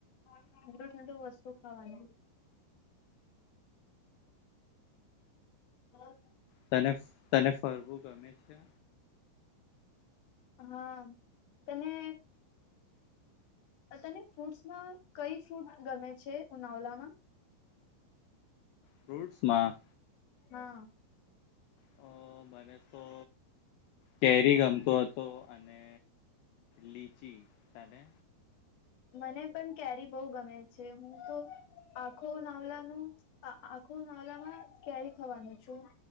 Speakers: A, on the left; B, on the left.
A: ઠંડુ ઠંડુ વસ્તુ શું ખાવાનું <unintelligible> હમ.
B: તને તને ફરવું ગમે છે.
A: હા તને. તને ફ્રૂટ્સમાં કઈ ફ્રૂટ ગમે છે ઉનાવલામાં
B: ફૂટસમાં.
A: હા.
B: અ બને તો. કેરી ગમતોું હતો અને લીચી તને
A: મને. પણ કેરી બહ ગમે છે હું તો આખો નાવલાનું આખો નાવલામાં ક્યારે ખવાનું છું